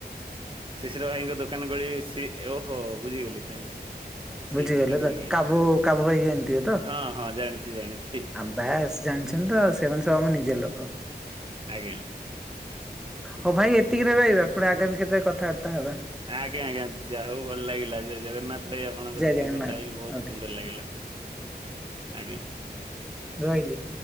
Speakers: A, on the right; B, in the centre.
A: ଶିଶିର ଭାଇଙ୍କ ଦୋକାନ ଗଳି ସିଟି ଓହୋ ବୁଝିଗଲି ତାହେଲେ। ସେଇପଟେ
B: ବୁଝିଗଲେ
A: ନାଇଁ
B: ତ
A: କି?
B: କାବୁ କାବୁ ଭାଇ କି ଜାଣିଥିବେ ତ।
A: ହଁ ହଁ ଜାଣିଛି ଜାଣିଛି।
B: ଆଉ ବସ୍ ଜାଣିଛନ୍ତି ତ ଆଉ ସେମାନେନ ସବୁ ଆମ ନିଜେ ଲୋକ।
A: ଆଜ୍ଞା।
B: ହଉ ଭାଇ ଏତିକିରେ ରହିବା ପୁଣି ଆଗାମୀ କେବେ କଥାବାର୍ତ୍ତା ହବା।
A: ଆଜ୍ଞା ଆଜ୍ଞା ଯାହା ହଉ ଭଲ ଲାଗିଲା ଜୟ ଜଗନ୍ନାଥ ଭାଇ ଆପଣଙ୍କ
B: ଜୟ
A: ସାଥିରେ
B: ଜଗନ୍ନାଥ
A: କଥା ହେଇକି ବହୁତ
B: ଓକେ
A: ସୁନ୍ଦର ଲାଗିଲା। ଆଜ୍ଞା
B: ରହିଲି